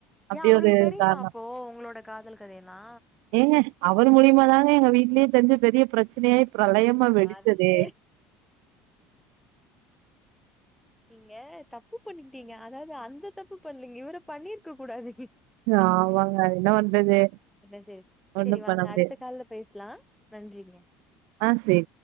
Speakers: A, on the right; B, in the centre.
A: அப்டி
B: ஏ அவருக்கு
A: ஒரு
B: தெரியுமா
A: காரணோ
B: அப்போ உங்களோட காதல் கதைலா
A: ஏங்க அவர் மூலியமாதாங்க எங்க வீட்லயே தெரிஞ்சு பெரிய பிரச்சனையா பிரளயமா வெடிச்சதே
B: அது சரி நீங்க தப்பு பண்ணிட்டீங்க அதாவது அந்த தப்பு பண்லீங்க இவரு பண்ணியிருக்க கூடாது
A: ஆமாங்க என்ன பண்றது
B: என்ன செய் செரி
A: ஒண்ணும்
B: வாங்க
A: பண்ண முடியாது
B: அடுத்த கால்ல பேசலா நன்றிங்க
A: ஆ செரி